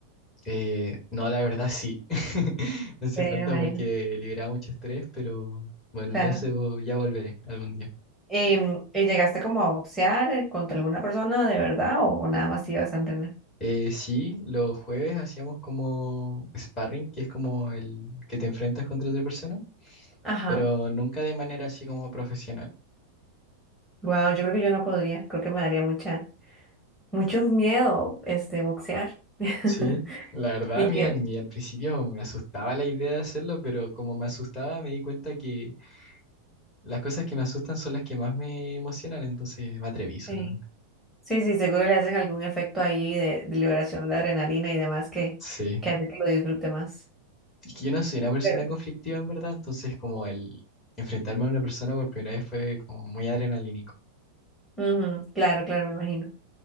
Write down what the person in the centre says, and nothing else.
Sí,
me imagino,
claro.
¿Y, mm, y llegaste como a boxear contra alguna persona de verdad o, o nada más ibas a entrenar?
Ajá.
Wow, yo creo que yo no podría, creo que me daría mucha... mucho miedo este boxear. <laughs>
Y
que
sí, sí, sí, seguro le hacen algún efecto ahí de, de liberación de adrenalina y demás que,
que hace que lo disfrute más.
Pero,
ujú, claro, claro, me imagino.